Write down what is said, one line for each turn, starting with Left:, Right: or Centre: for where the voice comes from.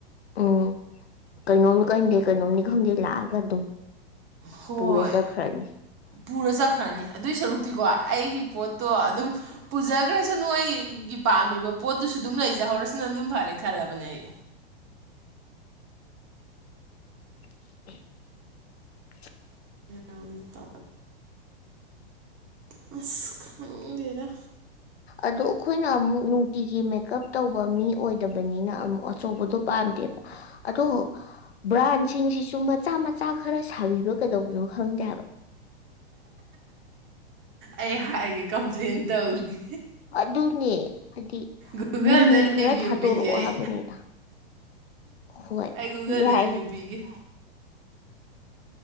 Left: ꯎꯝ ꯀꯩꯅꯣꯝꯅꯤ ꯈꯟꯗꯦ ꯀꯩꯅꯣꯝꯅꯤ ꯈꯪꯗꯦ ꯂꯥꯛꯑꯒ ꯑꯗꯨꯝ
Right: ꯍꯣꯏ
Left: ꯄꯨꯔ ꯆꯠꯈ꯭ꯔꯅꯤ
Right: ꯄꯨꯔ ꯆꯠꯈ꯭ꯔꯅꯤ ꯑꯗꯨꯏ ꯁꯔꯨꯛꯇꯤꯀꯣ ꯑꯩꯒꯤ ꯄꯣꯠꯇꯣ ꯑꯗꯨꯝ ꯎ ꯄꯨꯖꯈ꯭ꯔꯁꯅꯨ ꯑꯩꯒꯤ ꯄꯥꯝꯃꯤꯕ ꯄꯣꯠꯇꯨꯁꯨ ꯑꯗꯨꯝ ꯂꯩꯖꯍꯧꯔꯁꯤꯅ ꯑꯗꯨꯝ ꯐꯔꯦ ꯈꯜꯂꯕꯅꯦ ꯑꯩ
Left: <unintelligible>
Right: ꯑ <unintelligible> ꯑꯁ ꯈꯪꯗꯦꯔ
Left: ꯑꯗꯣ ꯑꯩꯈꯣꯏꯅ ꯑꯃꯨꯛ ꯅꯨꯡꯇꯤꯒꯤ ꯃꯦꯀꯞ ꯇꯧꯕ ꯃꯤ ꯑꯣꯏꯗꯕꯅꯤꯅ ꯑꯃꯨꯛ ꯑꯆꯧꯕꯗꯣ ꯄꯥꯝꯗꯦꯕ ꯑ ꯕ꯭ꯔꯥꯟꯁꯤꯡꯁꯤꯁꯨ ꯆꯨꯝ ꯃꯆꯥ ꯃꯆꯥ ꯈꯔ ꯁꯥꯕꯤꯕ ꯀꯩꯗꯧꯕꯅꯣ ꯈꯪꯗꯦꯕ
Right: ꯑꯩ ꯍꯥꯏꯒꯦ ꯀꯝꯄ꯭ꯂꯦꯟ ꯇꯧꯅꯤ
Left: ꯑꯗꯨꯅꯦ ꯍꯥꯏꯗꯤ
Right: ꯒꯨꯒꯜꯗ
Left: ꯃꯤꯅꯤ ꯈꯔ
Right: ꯔꯤꯚꯤꯌꯨ
Left: ꯊꯥꯗꯣꯔꯛꯑꯣ
Right: ꯄꯤꯒꯦ ꯑꯩ
Left: ꯍꯥꯏꯕꯅꯤꯅ ꯍꯣꯏ
Right: ꯑꯩ ꯒꯨꯒꯜꯗ
Left: ꯌꯥꯏ
Right: ꯔꯤꯚꯤꯌꯨ ꯄꯤꯒꯦ